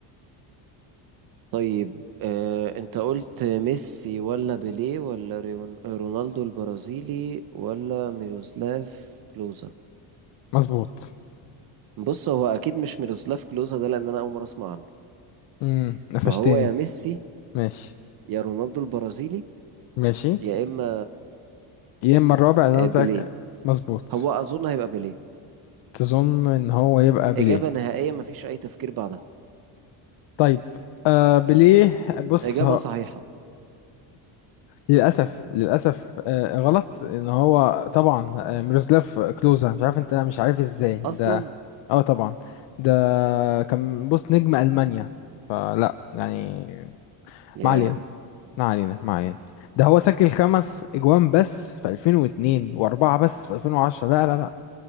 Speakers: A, on the right (about 50°); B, on the left (about 65°).
A: طيب آه، أنت قلت ميسي ولا بيليه ولا ريون- رونالدو البرازيلي ولا ميروسلاف كلوزا
B: مظبوط
A: بص هو اكيد مش ميروسلاف كلوزا ده لان انا اول مره اسمع عنه
B: امم قفشتني
A: فهو يا ميسي
B: ماشي
A: يا رونالدو البرازيلي
B: ماشي
A: يا اما
B: يا اما الرابع اللي
A: آه،
B: انا قلت
A: بيليه
B: لك مظبوط
A: هو اظن هيبقى بيليه
B: تظن ان هو يبقى بيليه
A: اجابه نهائيه مفيش اي تفكير بعدها
B: طيب آه بيليه بص
A: اجابه
B: ها
A: صحيحه
B: للاسف للاسف آه غلط ان هو طبعا آه ميروسلاف كلوزا مش عارف انت مش عارف ازاي
A: اصلا
B: ده اه طبعا ده كان بص نجم المانيا فلا يعني
A: يا
B: ما علينا ما علينا ما علينا ده هو سجل خمس اجوان بس في 2002 واربعه بس في 2010 لا لا لا